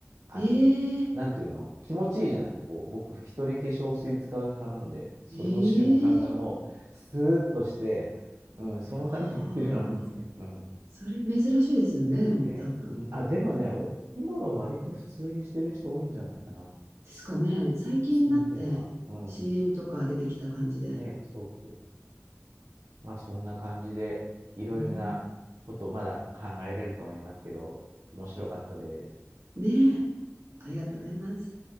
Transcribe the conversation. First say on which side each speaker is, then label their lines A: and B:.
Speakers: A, on the right; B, on the right.
A: あの、
B: ええ
A: なんていうの、気持ちいいじゃない。こう、僕、拭き取り化粧水使う派なんで、それの瞬間がもう、
B: ええ
A: スーッとして、うん、そのためにやってるようなもんですね。
B: はあ。
A: うん。
B: それ珍しいですよね、でも多分。
A: ね、うん、あ、でもね、お、今は割と普通にしてる人多いんじゃないかな。
B: ですかね。最近になって
A: スキンケアは。うん。
B: CM とか出てきた感じで。
A: ね、そうそう。まあ、そんな感じで、いろいろなことをまだ考えれると思いますけど、
B: うん。
A: 面白かったです。
B: ねえ。ありがとうございます。